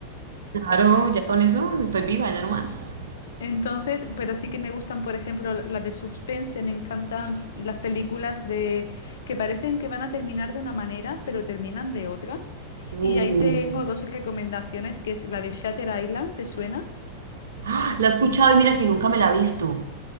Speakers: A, on the right; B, on the left.
A: Claro, ya con eso estoy viva, ya no más.
B: Entonces, pero sí que me gustan, por ejemplo, las de suspense, me encantan las películas de que parecen que van a terminar de una manera, pero terminan de otra.
A: Uh,
B: Y ahí tengo dos recomendaciones, que es la de Shutter Island, ¿te suena?
A: ¡Ah! La he escuchado y mira que nunca me la he visto.